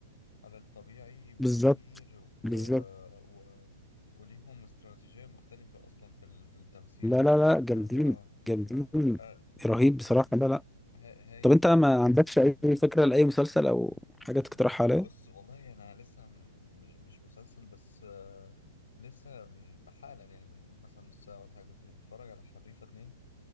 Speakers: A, on the left; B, in the centre.
A: عن الطبيعي بكتير
B: بالظبط
A: و...
B: بالظبط
A: و... وليهم استراتيجية مختلفة أصلا في ال... في التمثيل
B: لا
A: والكلام
B: لا لا جامدين
A: ده اه
B: جامدين
A: آه،
B: رهيب بصراحة لا لا
A: ها- هايل
B: طب انت
A: بصراحة
B: ما عندكش اي فكرة لأي مسلسل او حاجة تقترحها عليا
A: بص والله أنا لسه م- م- مش مسلسل بس آه، لسه م- حالا يعني من مثلا نص ساعة ولا حاجة كنت بتفرج على حريفة اتنين